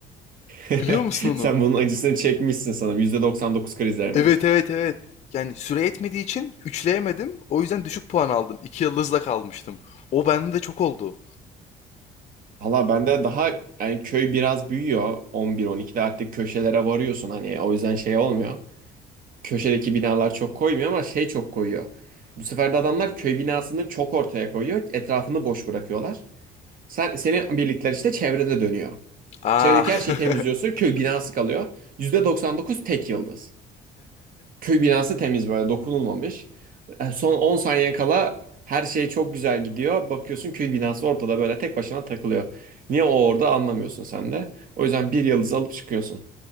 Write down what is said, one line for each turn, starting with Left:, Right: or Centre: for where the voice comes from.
Right: <laughs>
Left: Biliyor musun onu?
Right: Sen bunun acısını çekmişsin sanırım. %99 krizlerine.
Left: Evet evet evet. Yani süre etmediği için üçleyemedim. O yüzden düşük puan aldım. İki yıldızla kalmıştım. O bende de çok oldu.
Right: Valla bende daha yani köy biraz büyüyor. 11-12'de artık köşelere varıyorsun. Hani o yüzden şey olmuyor. Köşedeki binalar çok koymuyor ama şey çok koyuyor. Bu sefer de adamlar köy binasını çok ortaya koyuyor. Etrafını boş bırakıyorlar. Sen, senin birlikler işte çevrede dönüyor.
Left: Aa.
Right: Çevredeki
Left: <laughs>
Right: her şeyi temizliyorsun. Köy binası kalıyor. %99 tek yıldız. Köy binası temiz böyle dokunulmamış. E, Son 10 saniye kala her şey çok güzel gidiyor. Bakıyorsun köy binası ortada böyle tek başına takılıyor. Niye o orada anlamıyorsun sen de. O yüzden bir yıldız alıp çıkıyorsun.